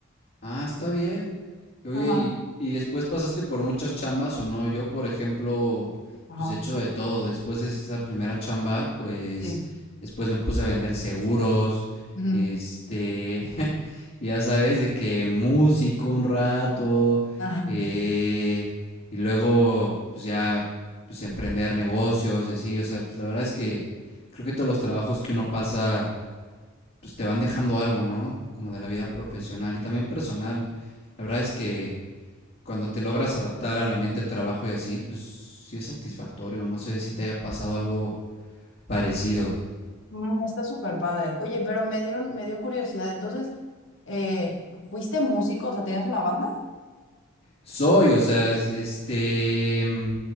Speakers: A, on the left; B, on the left.
A: Ah, está bien. Y Oye,
B: Ajá,
A: ¿y, y después pasaste por muchas chambas o no? Yo, por ejemplo,
B: ajá,
A: pues he hecho de todo. Después de esa primera chamba, pues
B: sí.
A: después me puse a vender seguros,
B: ujú,
A: este, <laughs> ya sabes, de que músico un rato,
B: ajá.
A: eh, y luego, pues ya, pues emprender negocios y así. O sea, pues la verdad es que creo que todos los trabajos que uno pasa pues te van dejando algo, ¿no? Como de la vida profesional y también personal. La verdad es que cuando te logras adaptar al ambiente de trabajo y así, pues sí es satisfactorio. No sé si te haya pasado algo parecido.
B: Mm, Está súper padre. Oye, pero me dieron, me dio curiosidad. Entonces, eh, ¿fuiste músico? O sea, ¿tenías una banda?
A: Soy, o sea, es- este, mm,